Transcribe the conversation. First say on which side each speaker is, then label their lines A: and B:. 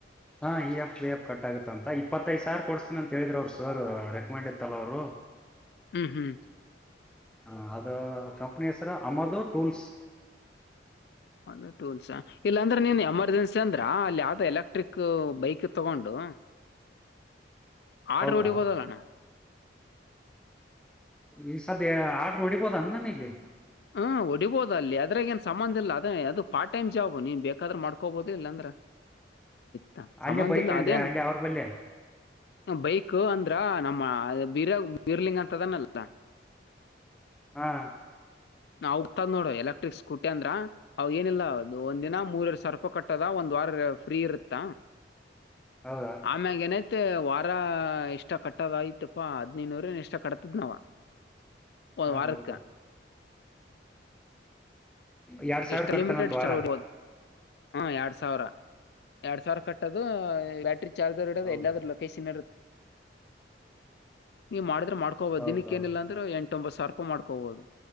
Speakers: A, in the centre; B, on the left.
A: ಹಾ ಈ ಎಫ್ ವಿ ಆಫ್ ಕಟ್ ಆಗತ್ತ ಅಂತ ಇಪ್ಪತ್ತೈದು ಸಾರ್ ಕೊಡ್ಸ್ತನ ಅಂತ ಹೇಳಿದ್ರ ಅವ್ರು ಸರ್ ರೆಕಮೆಂಡ್ ಇತ್ತಲ್ಲ ಅವ್ರು
B: ಹ್ಮ್ ಹ್ಮ್
A: ಹ ಅದು ಕಂಪ್ನಿಸರ ಅಮದು ಟೂಲ್ಸ್
B: ಅದ ಟೂಲ್ಸ್ ಇಲ್ಲಾಂದ್ರೆ ನೀನ್ ಎಮರ್ಜೆನ್ಸಿ ಅಂದ್ರ ಅಲ್ಲಿ ಯಾವ್ದೋ ಎಲೆಕ್ಟ್ರಿಕ್ ಬೈಕ್ ಅಕ್ಕಿ ತಗೊಂಡು ಆಟ
A: ಹೌದಾ
B: ಹೊಡಿಬೋದಲ್ಲಣ್ಣ
A: ಈ ಸದ ಆಟರು ಹೊಡಿಬೋದನ್ನ ನಾನ ಇಲ್ಲಿ
B: ಹ್ಮ ಹೊಡಿಬೋದು ಅಲ್ಲಿ ಅದ್ರಾಗ ಏನ್ ಸಂಬಂಧ ಇಿಲ್ಲ ಅದ ಅದು ಪಾರ್ಟ್ ಟೈಮ್ ಜಾಬ್ ನೀ ಬೇಕಾದ್ರ ಮಾಡ್ಕೋಬೋದು ಇಲ್ಲಾಂದ್ರ ತ- ಸಂಬಂಧ
A: ಅಲ್ಲೇ ಬೈಕ್
B: ಇಲ್ಲ
A: ಅಂದೆ
B: ಅದೇನ್
A: ಅಲ್ಲೇ ಅವ್ರ ಬಲ್ಲೆ
B: ಬೈಕ್ ಅಂದ್ರ ನಮ್ಮ ಬೀರ ಬೀರ್ಲಿಂಗ ಅಂತದನ್ನಲ್ಲ
A: ಹಾ
B: ನ ಹೋಗಕ್ತದ್ ನೋಡು ಎಲೆಕ್ಟ್ರಿಕ್ ಸ್ಕೂಟಿ ಅಂದ್ರ ಅವ ಏನಿಲ್ಲ ಒಂದ್ಿನ ಮೂರರ ಸರ್ಪ ಕಟ್ಟದ ಒಂದ್ ವಾರ ಫ್ರೀ ಇರತ್ತ
A: ಹೌದಾ
B: ಆಮ್ಯಗೆನೆ ಮತ್ತೆ ವಾರ ಇಷ್ಟ ಕಟ್ಟದಯತಪ್ಪಾ ಹದ್ನೈದನೂರ ಇಷ್ಟ ಕಟ್ತದ್ ನಾವ ಒ
A: ಹಾ
B: ವರಕ್ಕ
A: ಹೌದು ಎರಡ್ ಸಾವಿರ
B: ಎಷ್ಟ
A: ಕಡ್ತಾನಂತ
B: ಲಿಮಿಟೆಡ್
A: ವಾರ
B: ಸ್ಟಾರ್ ಹೊಡಿಬೋದು ಹಾ ಎರಡ್ ಸಾವಿರ ಎರಡ್ ಸಾವಿರ ಕಟ್ಟೋದು ಬ್ಯಾಟರಿ ಚಾರ್ರ್ಡ
A: ಹೌದು
B: ಎಲ್ಲರ ಲೊಕೇಶನ್ ಇ. ನೀ ಮಾಡ. ಮಾಡ್ಕೋದು
A: ಹೌದೌದು
B: ದಿನಕ್ಕ ನಿಲ್ಲ ಅ್ರೆ ಎಟ ಒಂಬ ಸಾವಿರ ರಪ. ಮಾಡ್ಕೋಬಹುದು